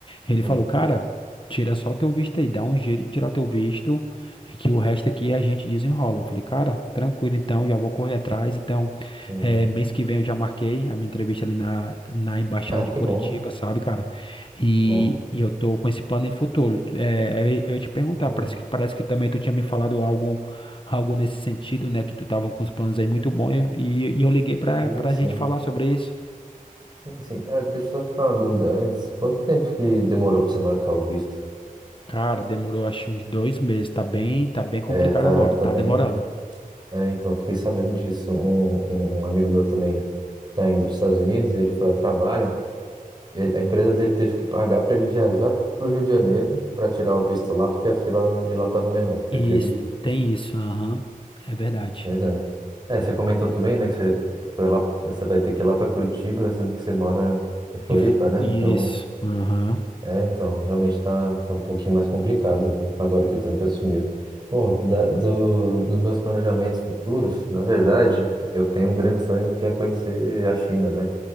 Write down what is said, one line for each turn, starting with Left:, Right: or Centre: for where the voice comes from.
Left: Ele
Right: Sim,
Left: falou, cara. Tira só o teu visto aí, dá um jeito de tirar o teu visto, que o resto aqui a gente desenrola. Eu falei, cara, tranquilo então, já vou correr atrás. Então,
Right: sim.
Left: eh, mês que vem eu já marquei a minha entrevista ali na, na Embaixada
Right: Ah,
Left: de
Right: que
Left: Curitiba,
Right: bom,
Left: sabe, cara? E,
Right: que bom.
Left: e eu tô com esse plano em futuro. Eh, eu eu ia te perguntar,
Right: Oh,
Left: parece que, parece que também tu tinha me falado algo, algo nesse sentido, né? Que tu tava com os planos aí muito bons e, e eu liguei pra,
Right: sim,
Left: pra
Right: sim.
Left: gente falar sobre isso.
Right: Sim, sim. Ah, deixa eu só te falar uma dúvida antes. Quanto tempo que demorou pra você marcar o visto?
Left: Cara, demorou acho uns dois meses, tá bem, tá bem complicado
Right: É, tá,
Left: agora,
Right: tá
Left: tá
Right: bem.
Left: demorando.
Right: É, então, fiquei sabendo disso. Um, um um amigo meu também tá indo para os Estados Unidos, ele foi a trabalho. e A empresa dele teve que pagar para ele viajar para o Rio de Janeiro para tirar o visto lá, porque a fila de lá estava menor. Você
Left: Isso,
Right: acredita?
Left: tem isso, aham. É verdade.
Right: Pois é. É, você comentou também, né, que você foi lá, você vai ter que ir lá para Curitiba, sendo que você mora em Floripa,
Left: Inf-
Right: né?
Left: Isso,
Right: Então,
Left: aham.
Right: é, então, realmente tá, tá um pouquinho mais complicado agora que o Trump assumiu. Bom, da, do, dos meus planejamentos futuros, na verdade, eu tenho um grande sonho que é conhecer a China, né?